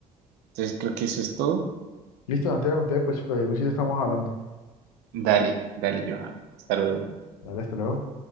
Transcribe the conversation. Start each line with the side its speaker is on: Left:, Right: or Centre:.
Right: Entonces creo que eso es todo.
Left: Listo, Santiago, ustedes pues, pues, estamos hablando.
Right: Dale, dale, Johan. Hasta luego.
Left: Vale, hasta luego.